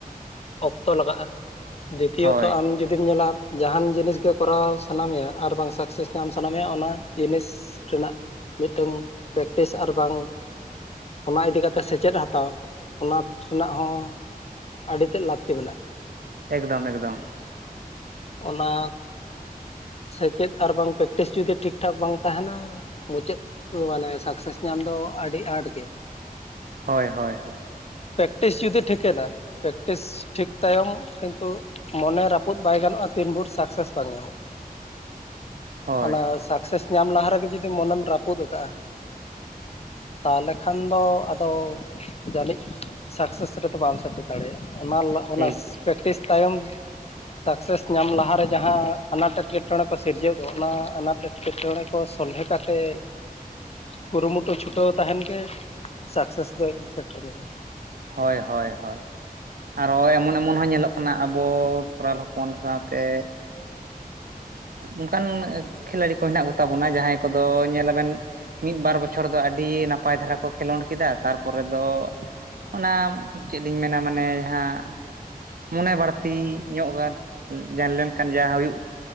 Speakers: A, on the left (about 45°); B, on the right (about 70°).
A: ᱚᱠᱛᱚ ᱞᱟᱜᱟᱜ-ᱟ ᱫᱤᱛᱤᱭᱚᱛᱚ
B: ᱦᱳᱭ
A: ᱟᱢ ᱡᱩᱫᱤᱢ ᱧᱮᱞᱟ ᱡᱟᱦᱟᱸᱱ ᱡᱤᱱᱤᱥ ᱜᱮ ᱠᱚᱨᱟᱣ ᱥᱟᱱᱟ ᱢᱮᱭᱟ ᱟᱨ ᱵᱟᱝ ᱥᱟᱠᱥᱮᱥ ᱧᱟᱢ ᱥᱟᱱᱟ ᱢᱮᱭᱟ ᱚᱱᱟ ᱡᱤᱱᱤᱥ ᱨᱮᱱᱟᱜ ᱢᱤᱫᱴᱟᱝ ᱯᱨᱮᱠᱴᱤᱥ ᱟᱨ ᱵᱟᱝ ᱚᱱᱟ ᱤᱫᱤ ᱠᱟᱛᱮ ᱥᱮᱪᱮᱫ ᱦᱟᱛᱟᱣ ᱚᱱᱟ ᱨᱮᱱᱟᱜ ᱦᱚᱸ ᱪᱮᱫ ᱞᱟᱹᱠᱛᱤ ᱢᱮᱱᱟᱜ-ᱟ
B: ᱮᱠᱫᱚᱢ ᱮᱠᱫᱚᱢ
A: ᱚᱱᱟ ᱥᱮᱪᱮᱫ ᱟᱨ ᱵᱟᱝ ᱯᱨᱮᱠᱴᱤᱥ ᱡᱩᱫᱤ ᱴᱷᱤᱠ ᱴᱷᱟᱠ ᱵᱟᱝ ᱛᱟᱦᱮᱸᱱᱟ ᱢᱩᱪᱟᱹᱫ ᱢᱟᱱᱮ ᱥᱟᱠᱥᱮᱥ ᱧᱟᱢ ᱫᱚ ᱟᱹᱰᱤ ᱟᱸᱴ ᱜᱮᱭᱟ
B: ᱦᱳᱭ ᱦᱳᱭ ᱦᱳᱭ
A: ᱯᱮᱠᱴᱤᱥ ᱡᱩᱫᱤ ᱴᱷᱤᱠᱮᱱᱟ ᱯᱮᱠᱴᱤᱥ ᱴᱷᱤᱠ ᱛᱟᱭᱚᱢ ᱠᱤᱱᱛᱩ ᱢᱚᱱᱮ ᱨᱟᱹᱯᱩᱫ ᱵᱟᱭ ᱜᱟᱱᱚᱜ-ᱟ ᱛᱤᱱ ᱵᱷᱳᱨ ᱥᱟᱠᱥᱮᱥ ᱵᱟᱝ ᱧᱟᱢᱚᱜ-ᱟ
B: ᱦᱳᱭ
A: ᱚᱱᱟ ᱥᱟᱠᱥᱮᱥ ᱧᱟᱢ ᱞᱟᱦᱟ ᱨᱮᱜᱮ ᱡᱩᱫᱤ ᱢᱚᱱᱮᱢ ᱨᱟᱹᱩᱫ ᱟᱠᱟᱫ-ᱟ ᱛᱟᱦᱚᱞᱮ ᱠᱷᱟᱱ ᱫᱚ ᱟᱫᱚ ᱡᱟᱹᱱᱤᱡ ᱥᱟᱠᱥᱮᱥ ᱨᱮᱫᱚ ᱵᱟᱢ ᱥᱮᱴᱮᱨ-ᱟ ᱫᱟᱲᱮᱭᱟᱜ-ᱟ ᱚᱱᱟ
B: ᱴᱷᱤᱠ
A: ᱚᱱᱟ
B: ᱴᱷᱤᱠ
A: ᱯᱨᱮᱠᱴᱤᱥ ᱛᱟᱭᱚᱢ ᱥᱟᱠᱥᱮᱥ ᱧᱟᱢ ᱞᱟᱦᱟᱨᱮ ᱡᱟᱦᱟᱸ ᱟᱱᱟᱴ ᱮᱴᱠᱮᱴᱚᱸᱬᱮ ᱠᱚ ᱥᱤᱨᱡᱟᱹᱣ ᱫᱚ ᱚᱱᱟ ᱟᱱᱟᱴ ᱮᱴᱠᱮᱴᱚᱸᱬᱮ ᱠᱚ ᱥᱚᱞᱦᱮ ᱠᱟᱛᱮ ᱠᱩᱨᱩᱢᱩᱴᱩ ᱪᱷᱩᱴᱟᱹᱣ ᱛᱟᱦᱮᱸᱱ ᱜᱮ ᱥᱟᱠᱥᱮᱥ ᱫᱚᱭ ᱥᱮᱴᱮᱨ ᱢᱮᱱᱟ
B: ᱦᱳᱭ ᱦᱳᱭ ᱦᱳᱭ ᱟᱨᱦᱚᱸ ᱮᱢᱚᱱ ᱮᱢᱚᱱ ᱦᱚᱸ ᱧᱮᱞᱚᱜ ᱠᱟᱱᱟ ᱟᱵᱚ ᱠᱷᱮᱨᱟᱞ ᱦᱚᱯᱚᱱ ᱦᱚᱯᱚᱱ ᱥᱟᱶᱛᱮ ᱚᱱᱠᱟᱱ ᱠᱷᱤᱞᱟᱲᱤ ᱠᱚ ᱦᱮᱱᱟᱜ ᱠᱚᱛᱟ ᱵᱚᱱᱟ ᱡᱟᱦᱟᱸᱭ ᱠᱚᱫᱚ ᱧᱮᱞ ᱟᱵᱮᱱ ᱢᱤᱫ ᱵᱟᱨ ᱵᱚᱪᱷᱚᱨ ᱫᱚ ᱟᱹᱰᱤ ᱱᱟᱯᱟᱭ ᱫᱷᱟᱨᱟ ᱠᱚ ᱠᱷᱮᱸᱞᱳᱰ ᱠᱮᱫᱟ ᱛᱟᱨᱯᱚᱨᱮ ᱫᱚ ᱚᱱᱟ ᱪᱮᱫ ᱤᱧ ᱢᱮᱱᱟ ᱢᱟᱱᱮ ᱡᱟᱦᱟᱸ ᱢᱚᱱᱮ ᱵᱟᱹᱲᱛᱤ ᱧᱚᱜ ᱜᱟᱱ ᱡᱟᱱ ᱞᱮᱱᱠᱷᱟᱱ ᱡᱟ ᱦᱩᱭᱩᱜ